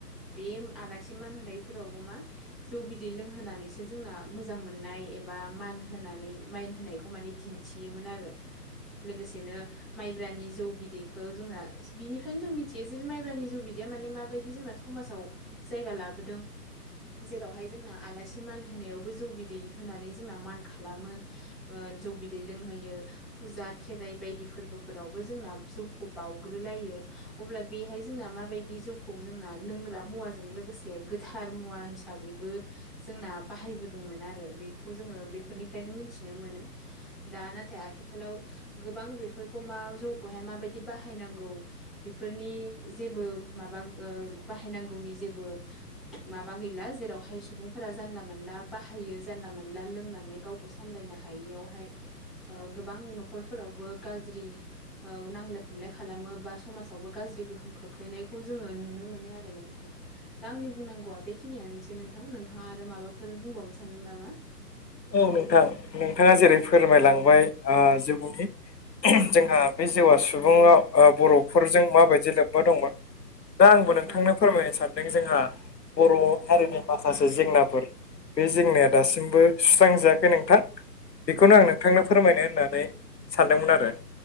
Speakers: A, in the centre; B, on the left.
A: बे आलासि मान होनोनायफोरावबो मा जौ बिदै लोंहोनानैसो जोंना मोजां मोननाय एबा मान होनानै माइन होनायखौ माने दिन्थियोमोन आरो लोगोसेनो माइब्रानि जौ बिदैखौो जोंना बिनिफ्रायनो जों मिथियो जे माइब्रानि जौ बिदैया माने माबायदि जोंना समाजाव जायगा लाबोदों जेरावहाय जोंना आलासि मान होनायावबो जौ बिदै होनानै जोंना मान खालामो जौ बिदै लोंहोयो फुजा खेराइ बायदि फोरबोफोरावबो जोंना जौखौ बाउग्रोलायो अब्ला बेहाय जोंना माबायदि जौ खौ जोंना लोंग्रा मुवाजों लोगोसे गोथार मुवा हिसाबैबो जोंना बाहायबोदोंमोन आरो बेखौ जोङो बेफोरनिफ्रायनो मिथिनो मोनो। दा नाथाय आथिखालाव गोबां बेफोरखौ मा जौखौहाय माबायदि बाहायनांगौ बेफोरनि जेबो माबा बाहायनांगौनि जेबो माबा गैला जेरावहाय सुबुंफोरा जानला मोनला बाहायो जानला मोनला लोंनानै गावखौ सामलायनो हायियावहाय गोबां न'खरफोरावबो गाज्रि। नांजलाय खमलाय खालामो बा समाजावबो गाज्रि गोहोम खोख्लैनायखौ जोङो नुनो मोनो आरो नोंथां दा आंनि बुंनांगौआ बेखिनियानोसै नोंथां नोंथाङा आरो माबाफोर बुंबावनो सानदों नामा
B: औ नोंथां नोंथाङा जेरै फोरमायलांबाय सुबुंनि जोंहा बे जौवा सुबुङाव बर'फोरजों माबायदि लोब्बा दंमोन दा आंबो नोंथांनो
A: औ
B: फोरमायनो सानदों जोंहा बर' हारिनि माखासे जेंनाफोर बे जेंनाया
A: औ
B: दासिमबो
A: औ
B: सुस्रांजायाखै नोंथां बेखौनो
A: औ
B: आं नोंथांनो फोरमायनो होननानै सानदोंमोन आरो